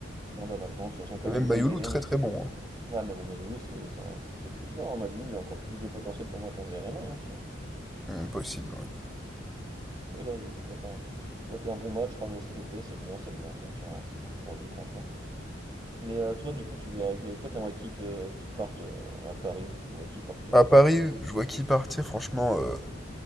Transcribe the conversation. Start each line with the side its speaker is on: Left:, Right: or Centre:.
Right: Non, bah maintenant, de toute façon, comme
Centre: Et même
Right: a dit
Centre: Mayoulou,
Right: Dembélé,
Centre: très
Right: on se...
Centre: très bon. hein.
Right: Ah, bah, bah, Mayoulou, c'est c'est un- c'est le futur. Hein. Mayoulou, il a encore plus de potentiel pour moi qu'un Zeremay, hein, tu vois.
Centre: Hum, Impossible, ouais.
Right: Ouais, non, j'ai vu qu'il a fait un... il a fait un bon match, Ramos triplé, c'est bien, ça le met en confiance, c'est cool pour lui, franchement. Mais euh, toi, du coup, tu verrais que... toi, t'aimerais qui que- qui parte euh, à Paris ou tu vois qui partir?
Centre: À Paris, je vois qui partir, franchement, euh,